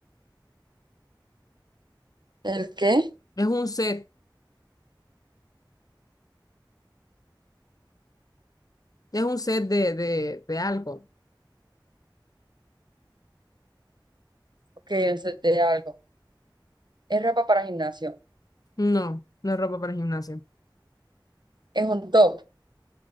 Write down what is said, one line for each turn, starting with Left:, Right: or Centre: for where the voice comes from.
Right: ¿El qué?
Left: Es un set. Es un set de, de, de algo.
Right: Ok, un set de algo. ¿Es ropa para gimnasio?
Left: No, no es ropa para gimnasio.
Right: ¿Es un top?